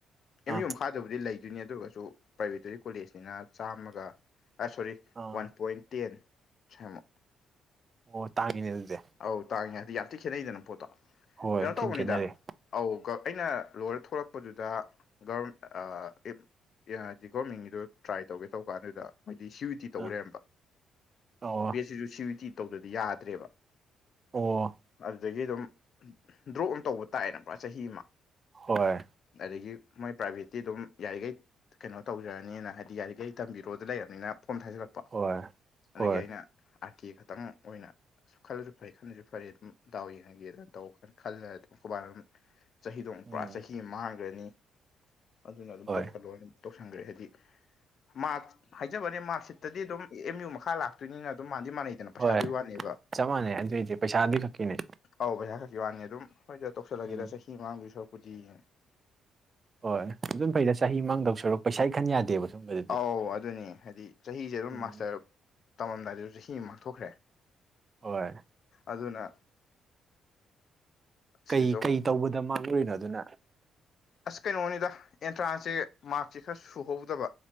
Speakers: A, on the right (about 35°); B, on the left (about 60°).
A: ꯑꯥ
B: ꯑꯦꯝ ꯌꯨ ꯃꯈꯥꯗꯕꯨꯗꯤ ꯂꯩ ꯑꯗꯨꯅꯤ ꯑꯗꯨꯒꯁꯨ ꯄ꯭ꯔꯥꯏꯕꯦꯠꯇꯨꯗꯤ ꯀꯣꯂꯦꯖꯅꯤꯅ ꯆꯥꯝꯃꯒ ꯑꯥ ꯁꯣꯔꯤ
A: ꯑꯥ
B: ꯋꯥꯟ ꯄꯣꯏꯟ ꯇꯦꯟ ꯁꯥꯏꯃꯨꯛ
A: ꯑꯣ ꯇꯥꯡꯉꯤꯅꯦ ꯑꯗꯨꯗꯤ
B: ꯑꯧ ꯇꯥꯡꯉꯦ ꯍꯥꯏꯗꯤ ꯌꯥꯝ ꯊꯤ ꯈꯦꯠꯅꯩꯗꯅ ꯄꯣꯠꯇꯣ
A: ꯍꯣꯏ
B: ꯀꯩꯅꯣ
A: ꯊꯤꯟ
B: ꯇꯧꯕꯅꯤꯗ
A: ꯈꯦꯠꯅꯔꯦ
B: ꯑꯧ ꯑꯩꯅ ꯂꯣꯏꯔ ꯊꯣꯛꯂꯛꯄꯗꯨꯗ ꯒꯕꯔ ꯑꯥ <unintelligible> ꯑꯦ ꯍꯥꯏꯗꯤ ꯒꯣꯕꯔꯃꯦꯟꯒꯤꯗꯣ ꯇ꯭ꯔꯥꯏ ꯇꯧꯒꯦ ꯇꯧꯕ ꯑꯗꯨꯗ ꯍꯥꯏꯗꯤ <unintelligible> ꯇꯤ ꯇꯧ
A: ꯑꯥ
B: ꯂꯩꯔꯝꯕ
A: ꯑꯣ
B: ꯕꯦꯠꯁꯤꯁꯨ ꯁꯤ ꯏ꯭ꯌꯨ ꯏ ꯇꯤ ꯇꯧꯗꯗꯤ ꯌꯥꯗ꯭ꯔꯦꯕ
A: ꯑꯣ
B: ꯑꯗꯨꯗꯒꯤ ꯑꯗꯨꯝ ꯗ꯭ꯔꯣꯞ ꯑꯃ ꯇꯧꯕ ꯇꯥꯏꯅ ꯀꯣ ꯆꯍꯤ ꯑꯃ
A: ꯍꯣꯏ
B: ꯑꯗꯒꯤ ꯃꯣꯏ ꯄ꯭ꯔꯥꯏꯚꯦꯠꯇꯤ ꯑꯗꯨꯝ ꯌꯥꯔꯤꯒꯩ ꯀꯩꯅꯣ ꯇꯧꯖꯔꯅꯤꯅ ꯍꯥꯏꯗꯤ ꯌꯥꯔꯤꯒꯩ ꯇꯝꯕꯤꯔꯣꯗ ꯂꯩꯔꯕꯅꯤꯅ ꯐꯣꯔꯝ ꯊꯥꯖꯤꯟꯂꯛ ꯄꯥ
A: ꯍꯣꯏ ꯍꯣꯏ
B: ꯑꯗꯨꯒꯤ ꯑꯩꯅ ꯑꯥꯔ ꯀꯦ ꯈꯛꯇꯪ ꯑꯣꯏꯅ ꯈꯜꯂꯁꯨ ꯐꯩ ꯈꯟꯗ꯭ꯔꯁꯨ ꯐꯔꯦ ꯑꯗꯨꯝ ꯗꯥꯎ ꯌꯦꯡꯉꯒꯦꯅꯥ ꯇꯧꯕ ꯈꯜꯂ ꯑꯗꯨꯝ ꯈꯣꯏꯕꯥꯅ ꯑꯗꯨꯝ ꯆꯍꯤꯗꯣ ꯑꯃꯨꯛ
A: ꯎꯝ
B: ꯄꯨꯔꯥ ꯆꯍꯤ ꯑꯃ ꯃꯥꯡꯒ꯭ꯔꯅꯤ ꯑꯗꯨꯅ ꯑꯗꯨꯝ
A: ꯍꯣꯏ
B: ꯇꯧꯁꯜꯂꯣꯅꯥ ꯇꯧꯁꯟꯒ꯭ꯔꯦ ꯍꯥꯏꯗꯤ ꯃꯥꯔꯛ ꯍꯥꯏꯖꯕꯩ ꯋꯥꯅꯦ ꯃꯥꯔꯛꯁꯤꯠꯇꯗꯤ ꯑꯗꯨꯝ ꯑꯦꯝ ꯌꯨ ꯃꯈꯥ ꯂꯥꯛ ꯇꯨꯏꯅꯤꯅ ꯑꯗꯨꯝ ꯃꯥꯟꯗꯤ ꯃꯥꯟꯅꯩꯗꯅ ꯄꯩꯁꯥꯗꯨꯏ
A: ꯍꯣꯏ
B: ꯋꯥꯅꯦꯕ
A: ꯆꯞ ꯃꯥꯟꯅꯩ ꯑꯗꯨꯏꯗꯤ ꯄꯩꯁꯥꯗꯤ ꯈꯛꯀꯤꯅꯦ
B: ꯑꯧ ꯄꯩꯁꯥ ꯈꯛꯀꯤ ꯋꯥꯅꯤ ꯑꯗꯨꯝ ꯍꯣꯏꯗ ꯇꯧꯁꯜꯂꯒꯦꯗꯥ
A: ꯎꯝ
B: ꯆꯍꯤ ꯃꯥꯡꯗꯣꯏ ꯁꯔꯨꯛꯄꯨꯗꯤꯅꯥ
A: ꯍꯣꯏ ꯑꯗꯨꯝ ꯐꯩꯗ ꯆꯍꯤ ꯃꯥꯡꯗꯧ ꯁꯨꯔꯛ ꯄꯩꯁꯥꯏ ꯈꯟ ꯌꯥꯗꯦꯕ ꯁꯨꯝꯕꯗꯗꯤ
B: ꯑꯧ ꯑꯗꯨꯅꯦ ꯍꯥꯏꯗꯤ ꯆꯍꯤꯖꯦ ꯑꯗꯨꯝ
A: ꯎꯝ
B: ꯃꯥꯁꯇꯔ ꯇꯧꯔꯝꯗꯥꯏꯗꯖꯨ ꯆꯍꯤ ꯑꯃ ꯃꯥꯡꯊꯣꯛꯈ꯭ꯔꯦ
A: ꯍꯣꯏ
B: ꯑꯗꯨꯅ
A: ꯀꯩ
B: ꯁꯤꯗꯁꯨ
A: ꯀꯩ
B: ꯑꯃꯨꯛ
A: ꯇꯧꯕꯗ ꯃꯥꯡꯂꯣꯏꯅꯣ ꯑꯗꯨꯅ
B: ꯑꯁ ꯀꯩꯅꯣꯅꯤꯗ ꯑꯦꯟꯇ꯭ꯔꯥꯟꯁꯁꯦ ꯃꯥꯔꯛꯁꯦ ꯈꯔ ꯁꯨꯍꯧꯗꯕ